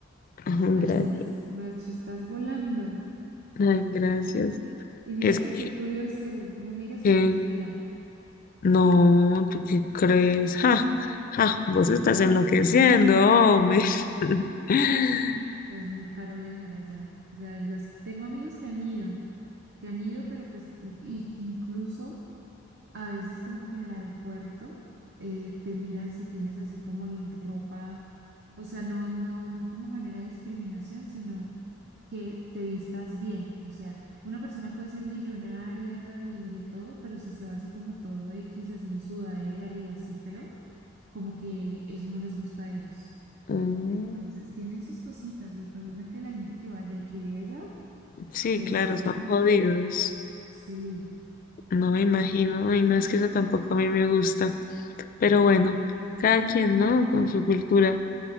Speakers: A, on the left (about 45°); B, on the right (about 55°).
A: Ajá,
B: Así
A: gracias.
B: es, Marche, estás volando.
A: Ay, gracias.
B: Y mira
A: Es
B: que
A: que,
B: qué curioso, no me digas
A: que-
B: que fuiste allá.
A: no, ¿tú qué crees? Ja, ja, vos estás enloqueciendo, hombre.
B: <laughs>
A: <laughs>
B: No, es muy caro viajar allá. O sea, los, tengo amigos que han ido, que han ido, pero pues, y que incluso A veces como que en el aeropuerto eh, te miran si tienes así como l- ropa, o sea, no, no, no como manera de discriminación, sino que te vistas bien. O sea, una persona puede ser millonaria y de todo, pero si se va así como todo X, así en sudadera y así feo, como que eso no les gusta a ellos.
A: Mm,
B: Entonces, tienen sus cositas y pues obviamente la gente que vaya y que vive allá,
A: Sí,
B: pues
A: claro,
B: supuestamente
A: son jodidos.
B: sí,
A: No
B: y
A: me
B: que
A: imagino.
B: supuestamente
A: Y no
B: son
A: es
B: muy
A: que
B: ricos.
A: eso tampoco a mí me gusta. Pero bueno, cada quien, ¿no? Con su cultura.